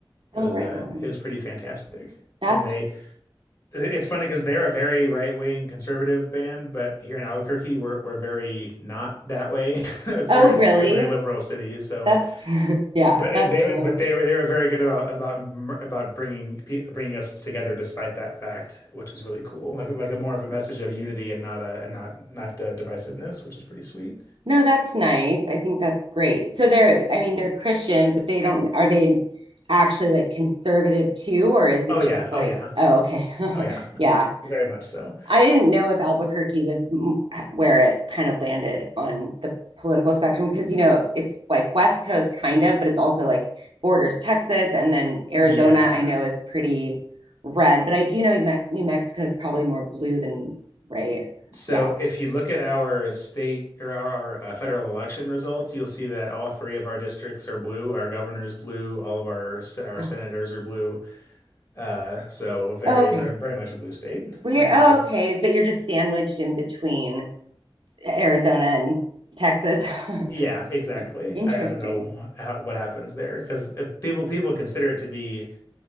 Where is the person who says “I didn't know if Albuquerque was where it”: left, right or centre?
Right